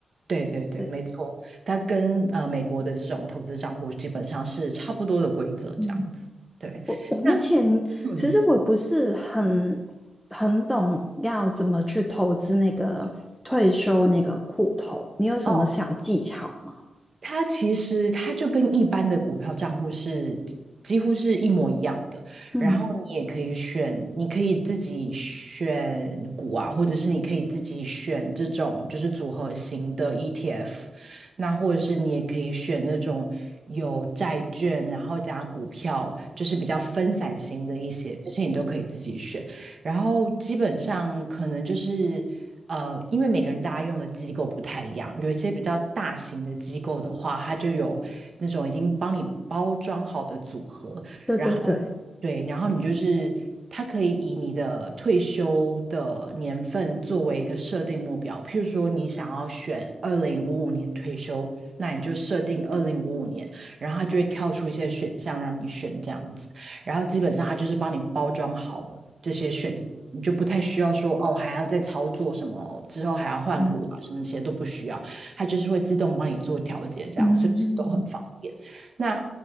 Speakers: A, on the right; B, in the centre.
A: 对对对，
B: 对。
A: 没错，它跟呃美国的这种投资账户基本上是差不多的规则，
B: 嗯。
A: 这样子。对，
B: 我我目前
A: 那嗯，
B: 其实我不是很很懂要怎么去投资那个退休那个户头，你有什么小技巧吗？
A: 哦，它其实它就跟一般的股票账户是几乎是一模一样的，
B: 嗯，
A: 然后你也可以选，你可以自己选股啊，或者是你可以自己选这种就是组合型的 ETF，那或者是你也可以选那种有债券，然后加股票，就是比较分散型的一些，这些你都可以自己选。然后基本上可能就是呃，因为每个人大家用的机构不太一样，有一些比较大型的机构的话，它就有那种已经帮你包装好的组合，
B: 对对对，
A: 然后对，然后你就是它可以以你的退休的年份作为一个设定目标，譬如说你想要选二零五五年退休，那你就设定二零五五年，然后它就会跳出一些选项让你选这样子。然后基本上它就是帮你包装好了这些选项，你就不太需要说哦还要再操作什么，之后还要换股啊什么这些都不需要，
B: 嗯
A: 它就是会自动帮你做调节，这样所以其实都很方便。
B: 嗯嗯
A: 那